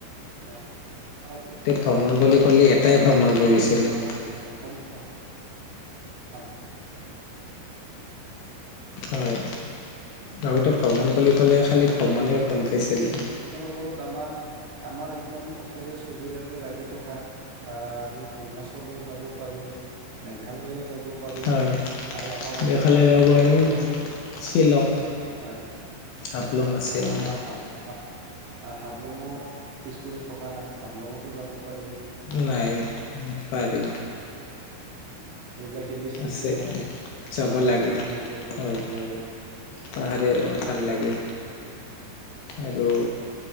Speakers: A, on the right; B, on the left.
A: মাৰ
B: ভ্ৰমণ বুলি
A: আহ
B: ক'লে
A: প্ৰাকৃতিক
B: এটাই ভ্ৰমণ
A: দৃশ্য চাব
B: বুজিছিলোঁ
A: লাগিলে আমাৰ অসম অ হয়।
B: হয়। আগতে
A: প্ৰাকৃতিক
B: ভ্ৰমণ
A: দৃশ্য
B: বুলি
A: চাব
B: ক'লে খালি
A: লাগিলে
B: ভ্ৰমণে
A: আমি
B: গম পাইছিলোঁ
A: আমি মুঠৰ ওপৰত আমাৰ আমাৰ একদম ওচৰিয়া চুবুৰীয়াতে লাগি থকা আহ আমি অৰুণাচলও যাব পাৰো। মেঘালয়ও যাব পাৰোঁ
B: হয়
A: আৰু আমাৰ অসমতে
B: এইফালে যাব
A: আছে
B: পাৰোঁ
A: হাপলং।
B: শ্বিলং
A: হয়
B: হাফলং
A: শ্বিলং
B: আছে অ
A: আমাৰ হাবলঙো পিছপৰি থকা নাই হাবলঙতো যাব পাৰি।
B: নাই পাৰি।
A: উম। এইবিলাক হিল ষ্টেচন
B: আছে
A: হয়
B: চাব
A: মানে
B: লাগে
A: পাহাৰীয়া অঞ্চল
B: হয়,
A: ভাল লাগে
B: পাহৰিয়া ভাল লাগে। আৰু